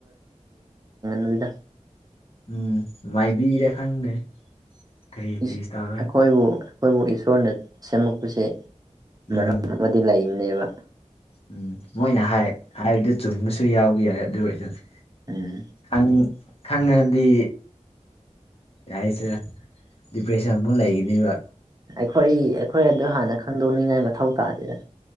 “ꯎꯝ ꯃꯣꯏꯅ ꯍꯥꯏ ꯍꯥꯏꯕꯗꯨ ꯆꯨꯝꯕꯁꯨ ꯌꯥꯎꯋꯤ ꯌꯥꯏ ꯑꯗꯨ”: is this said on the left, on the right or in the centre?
Left